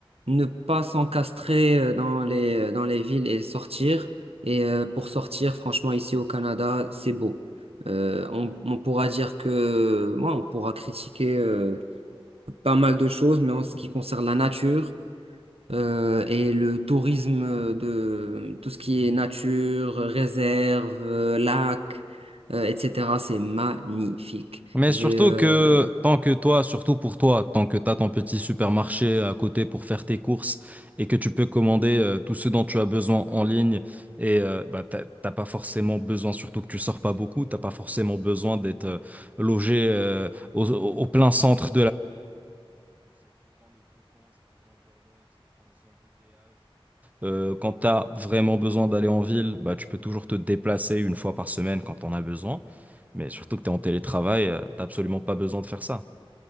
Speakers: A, on the right (about 90°); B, on the right (about 15°).
A: ne pas s'encastrer euh, dans les, euh, dans les villes et sortir. Et euh, pour sortir, franchement, ici au Canada, c'est beau. Euh, on, on pourra dire que, ouais, on pourra critiquer euh, pas mal de choses, mais en ce qui concerne la nature, euh, et le tourisme de tout ce qui est nature, réserve, euh, lac, euh, etc., c'est magnifique.
B: Mais
A: J'ai,
B: surtout
A: euh,
B: que tant que toi, surtout pour toi, tant que tu as ton petit supermarché à côté pour faire tes courses et que tu peux commander euh, tout ce dont tu as besoin en ligne et euh, bah, t'as t'as pas forcément besoin, surtout que tu sors pas beaucoup, t'as pas forcément besoin d'être euh, logé euh, au, au plein centre euh, quand tu as vraiment besoin d'aller en ville, bah, tu peux toujours te déplacer une fois par semaine quand on a besoin. Mais surtout que tu es en télétravail, tu n'as absolument pas besoin de faire ça.